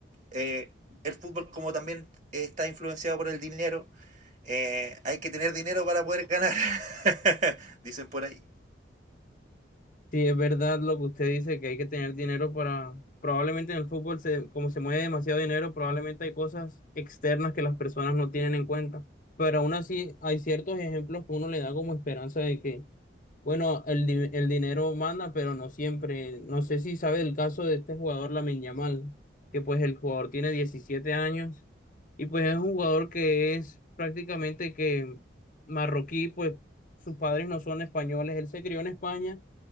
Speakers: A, on the right (about 40°); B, on the left (about 45°).
A: eh, el fútbol, como también está influenciado por el dinero, eh, hay que tener dinero para poder ganar, <laughs> dicen por ahí.
B: Sí, es verdad lo que usted dice, que hay que tener dinero para, probablemente en el fútbol, se, como se mueve demasiado dinero, probablemente hay cosas externas que las personas no tienen en cuenta. Pero aún así hay ciertos ejemplos que uno le da como esperanza de que, bueno, el, di- el dinero manda, pero no siempre. No sé si sabe el caso de este jugador, Lamine Yamal, que pues el jugador tiene diecisiete años y pues es un jugador que es prácticamente que marroquí, pues sus padres no son españoles, él se crió en España